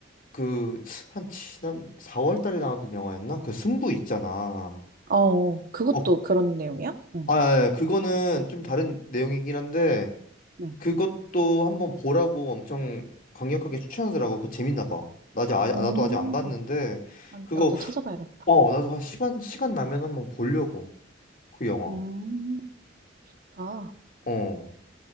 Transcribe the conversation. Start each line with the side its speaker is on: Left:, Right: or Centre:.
Left: 그 한 지난 4월 달에 나왔던 영화였나? 그 승부 있잖아.
Right: 어, 어. 그것도
Left: 어,
Right: 그런 내용이야? 응,
Left: 아, 예, 그거는 좀 다른 내용이긴 한데
Right: 응.
Left: 그것도 한번 보라고 엄청 강력하게 추천하더라고. 그거 재밌나 봐. 나 아직 아, 나도
Right: 음.
Left: 아직 안 봤는데
Right: 아,
Left: 그거
Right: 나도 찾아봐야겠다.
Left: 어, 나도 한 시간 시간 나면 한번 보려고 그 영화.
Right: 음. 다.
Left: 어.